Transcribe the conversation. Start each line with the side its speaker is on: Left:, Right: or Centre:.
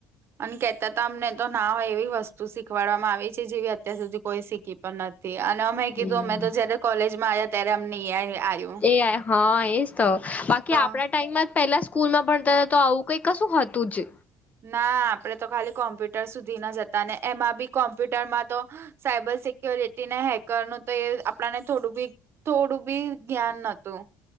Right: અને કેહેતા હતા અમને તો ના હોય એવી વસ્તુ શીખવાડવામાં આવી છે જેવી અત્યાર સુધી કોઈ શીખી પણ નથી. થી અને અમે કીધું
Left: હમ
Right: અમે તો જયારે કોલેજમાં આવ્યા ત્યારે અમને આવ્યું.
Left: એ હા એજ તો બાકી
Right: તો
Left: આપણા ટાઈમ માં પહેલા જ. સ્કૂલમાં પણ ત તો આવું કઈક કશું હતું જ.
Right: ના આપડે તો ખાલી કોમ્પ્યુટર સુધી ના જતા ને એમાં બી કોમ્પ્યુટરમાં તો. Cyber security. ને હેકરનુંું તો એ આપણાને થોડું બી થોડું બી ધ્્યાન નોતું.